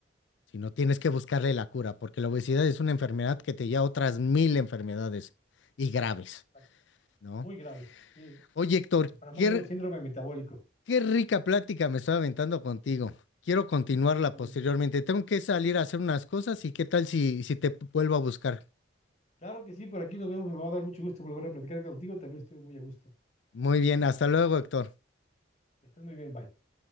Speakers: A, on the left; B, on the left.
A: sino tienes que buscarle la cura, porque la obesidad es una enfermedad que te lleva a otras mil enfermedades y graves,
B: Exacto.
A: ¿no?
B: Muy graves. Sí.
A: Oye, Héctor,
B: El famoso
A: qué,
B: síndrome metabólico.
A: Qué rica plática me estaba aventando contigo. Quiero continuarla
B: Igualmente.
A: posteriormente. Tengo que salir a hacer unas cosas y qué tal si, si te vuelvo a buscar.
B: Claro que sí, por aquí nos vemos. Me va a dar mucho gusto volver a platicar contigo. También estoy muy a gusto.
A: Muy bien, hasta luego, Héctor.
B: Que estés muy bien, bye.